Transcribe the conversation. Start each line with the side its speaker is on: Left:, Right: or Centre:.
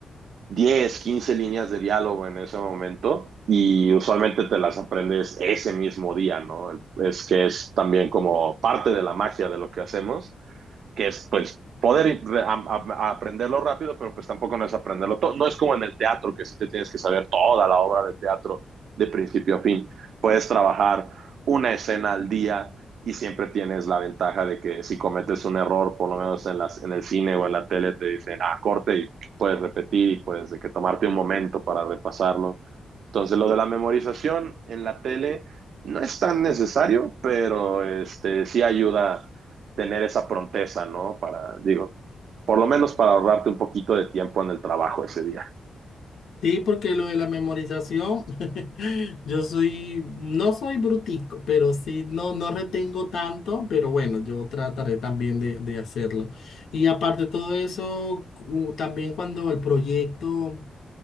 Right: 10 15 líneas de diálogo en ese momento y usualmente te las aprendes ese mismo día, ¿no? Es que es también como parte de la magia de lo que hacemos que es pues poder a, a, a aprenderlo rápido, pero pues tampoco no es aprenderlo todo. No es como en el teatro, que sí te tienes que saber toda la obra de teatro de principio a fin. Puedes trabajar una escena al día y siempre tienes la ventaja de que si cometes un error, por lo menos en, las, en el cine o en la tele, te dicen, ah, corte y puedes repetir y puedes de que tomarte un momento para repasarlo. Entonces, lo de la memorización en la tele no es tan necesario, pero este, sí ayuda tener esa pronteza, ¿no? Para, digo, por lo menos para ahorrarte un poquito de tiempo en el trabajo ese día.
Left: Sí, porque lo de la memorización, <laughs> yo soy, no soy brutico, pero sí, no, no retengo tanto, pero bueno, yo trataré también de, de hacerlo. Y aparte de todo eso, cu- también cuando el proyecto...